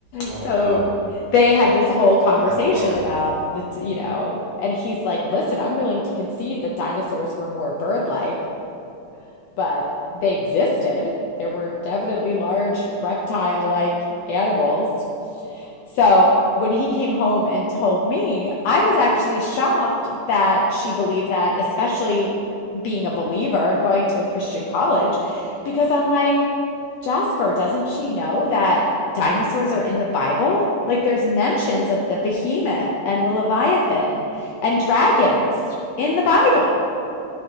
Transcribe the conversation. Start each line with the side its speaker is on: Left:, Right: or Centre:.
Right: Oh
Left: so
Right: no.
Left: they had this whole conversation
Right: That's horrible.
Left: about the you know and he's like listen I'm willing to concede that dinosaurs were more bird-like but they existed there were definitely large reptile-like animals so when he came home and told me, I was actually shocked that she believed that, especially being a believer and going to a Christian college, because I'm like, Jasper, doesn't she know that dinosaurs are in the Bible? Like there's mentions of the behemoth and the Leviathan and dragons in the Bible.